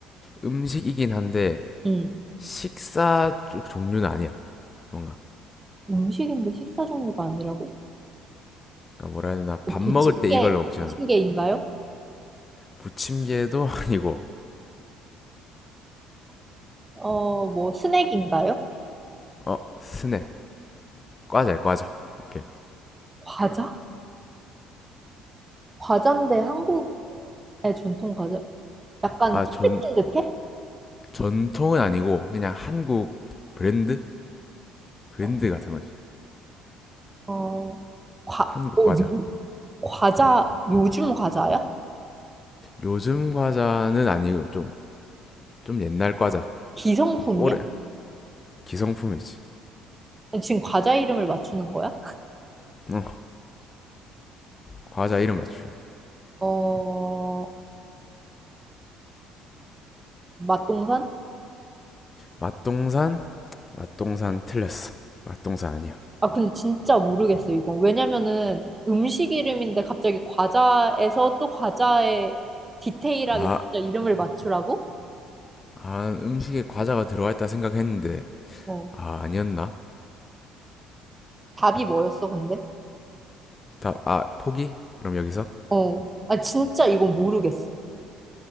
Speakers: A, on the left (about 30°); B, on the right (about 20°).
A: 음식이긴 한데
B: 음.
A: 식사 쪽 종류는 아니야. 뭔가
B: 음식인데 식사 종류가 아니라고?
A: 그러니까 뭐라 해야 되나
B: 뭐
A: 밥
B: 부침개,
A: 먹을 때 이걸로 먹잖아.
B: 부침개인가요?
A: 부침개도 <laughs> 아니고
B: 어, 뭐 스낵인가요?
A: 어 스낵 과자야 과자. 오케이.
B: 과자? 과자인데 한국의 전통 과자? 약간
A: 아,
B: 찐득찐득해?
A: 전, 전통은 아니고 그냥 한국 브랜드? 브랜드
B: 어,
A: 같은 거지.
B: 어, 과,
A: 한국
B: 뭐,
A: 과자.
B: 요, 과자, 요즘 과자야?
A: 요즘 과자는 아니고 좀, 좀 옛날 과자.
B: 기성품이야?
A: 올해 기성품이지.
B: 지금 과자 이름을 맞추는 거야?
A: 어, 과자 이름 맞추기.
B: 어, 맛동산?
A: 맛동산? 맛동산 틀렸어. 맛동산 아니야.
B: 아, 근데 진짜 모르겠어, 이건. 왜냐면은 음식 이름인데 갑자기 과자에서 또 과자에 디테일하게
A: 아,
B: 진짜 이름을 맞추라고?
A: 아, 음식에 과자가 들어가 있다 생각했는데
B: 어.
A: 아, 아니었나?
B: 답이 뭐였어, 근데?
A: 답, 아, 포기? 그럼 여기서
B: 어. 아, 진짜 이건 모르겠어.